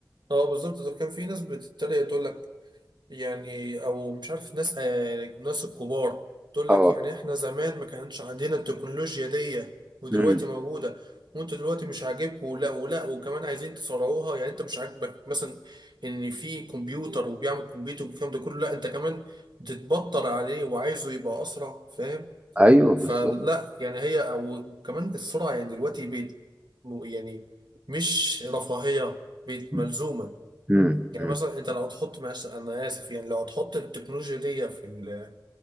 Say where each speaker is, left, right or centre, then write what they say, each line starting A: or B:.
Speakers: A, on the right (about 75°); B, on the right (about 20°).
A: اه بالظبط ده كان في ناس بتتريق تقول لك يعني او مش عارف ناس آه ناس الكبار تقول
B: اه
A: لك يعني احنا زمان ما كانش عندنا التكنولوجيا دي ودلوقتي
B: امم
A: موجوده وانتوا دلوقتي مش عاجبكم ولا ولا وكمان عايزين تسرعوها يعني انت مش عاجبك مثلا ان في كمبيوتر وبيعمل كمبيوتر والكلام ده كله لا انت كمان بتتبطر عليه وعايزه يبقى اسرع فاهم
B: أيوه
A: فلا
B: بالظبط
A: يعني هي او كمان السرعه يعني دلوقتي بقت م- يعني مش رفاهيه بقت ملزومه
B: امم امم
A: يعني
B: امم
A: مثلا انت لو تحط مثلا انا اسف يعني لو تحط التكنولوجيا دي في ال